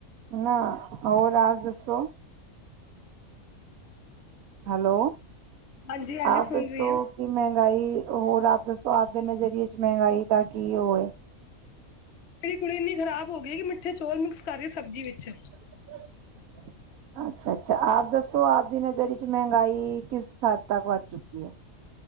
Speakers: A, on the right (about 80°); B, on the left (about 50°).
A: ਨਾ ਹੋਰ ਰਾਜ ਦੱਸੋ? ਹੈਲੋ।
B: ਹਾਂਜੀ ਹਾਂਜੀ
A: ਆਪ
B: ਸੁਣ
A: ਦੱਸੋ
B: ਰਹੀ ਹਾਂ
A: ਕਿ ਮੈਂਗਾਈ ਹੋਰ ਆਪ ਦੱਸੋ? ਸੋ ਆਪ ਦੇ ਨਜ਼ਰੀਏ ਚ ਮੈਂਗਾਈ ਦਾ ਕੀ ਓ ਏ?
B: ਤੇਰੀ ਕੁੜੀ ਏਨੀ ਖਰਾਬ ਹੋ ਗਈ ਏਕਿ ਮਿੱਠੇ ਚੌਲ ਮਿਕਸ ਕਰ ਰੀ ਐ ਸਬਜ਼ੀ ਵਿੱਚ।
A: ਸਪਸ਼। ਅੱਛਾ ਅੱਛਾ ਆਪ ਦੱਸੋ ਆਪ ਦੀ ਨਜ਼ਰ ਚ ਮੈਂਗਾਈ ਕਿਸ ਹੱਦ ਤੱਕ ਵੱਧ ਚੁੱਕੀ ਐ?